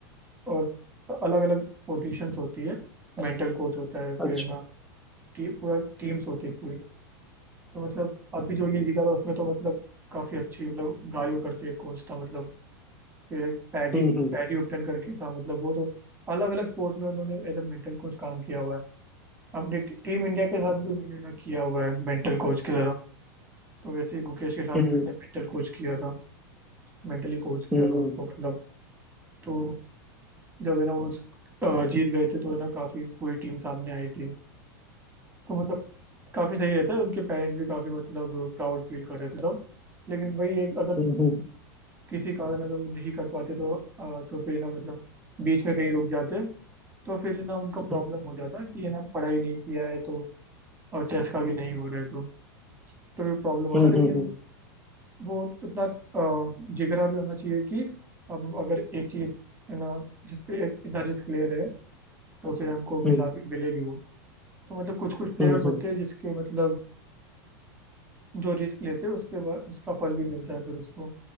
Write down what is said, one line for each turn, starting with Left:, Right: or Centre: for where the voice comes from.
Right: और अलग अलग पोजीशंस होती है मेंटल कोच होता है
Centre: अच्छा
Right: फिर ना टी, पूरा टीम्स होती है पूरी तो मतलब अभी जो ये जीता था उसमें तो मतलब काफी अच्छी मतलब गायू करके कोच था मतलब फिर एक पैडी
Centre: हम्म हम्म
Right: पैडी उपटन करके था मतलब वो तो अलग अलग स्पोर्ट में उन्होंने एज ए मेंटल कोच काम किया हुआ है अपनी टीम इंडिया के साथ भी उन्होंने ना किया हुआ है मेंटल कोच की तरह तो वैसे ही गुकेश के साथ
Centre: हम्म
Right: भी उसने मेंटल कोच किया था मेंटली कोच किया
Centre: हम्म
Right: था उनको मतलब तो जब है ना वो अ, जीत गए थे तो है ना काफी पूरी टीम सामने आई थी तो मतलब काफी सही रहता है उनके पेरेंट भी काफी मतलब प्राउड फील कर रहे थे सब लेकिन वही एक अगर
Centre: हम्म हम्म
Right: किसी कारण अगर वो नहीं कर पाते तो अ, तो फिर ना मतलब बीच में कहीं रुक जाते तो फिर ना उनका प्रॉब्लम
Centre: हम्म
Right: हो जाता कि है ना पढ़ाई नहीं किया है तो और चेस का भी नहीं हो रहा है तो तो ये प्रॉब्लम होता
Centre: हम्म
Right: लेकिन
Centre: हम्म हम्म हम्म
Right: वो इतना अ, जिगरा भी होना चाहिए कि हम अगर एक चीज है ना रिस्क, इतना रिस्क ले रहे हैं तो उसे हमको मिला
Centre: हम्म
Right: भी मिलेगी वो तो मतलब कुछ कुछ प्लेयर्स
Centre: हम्म हम्म,
Right: होते
Centre: हम्म,
Right: हैं जिसके मतलब जो रिस्क लेते हैं उसके बाद उसका फल भी मिलता है फिर उसको